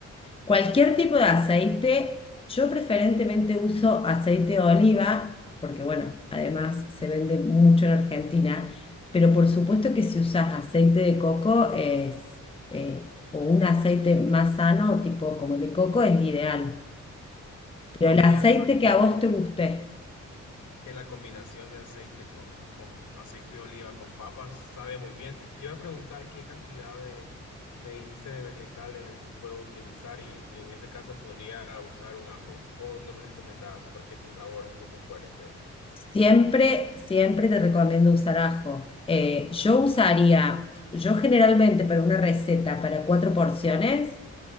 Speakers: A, on the left (about 20°); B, on the left (about 75°).
A: Cualquier tipo de aceite, yo preferentemente uso aceite de oliva, porque bueno, además se vende mucho en Argentina, pero por supuesto que si usas aceite de coco es, eh, o un aceite más sano, tipo como el de coco, es ideal. Pero
B: No,
A: el aceite
B: y además que
A: que a vos te guste,
B: que la combinación de aceite con, con aceite de oliva con papas sabe muy bien. Te iba a preguntar qué cantidad de, me dijiste, de vegetales puedo utilizar y, y en ese caso podría usar un ajo o no me recomendabas porque es un sabor un poco fuerte.
A: siempre, siempre te recomiendo usar ajo. Eh, yo usaría, yo generalmente para una receta para cuatro porciones,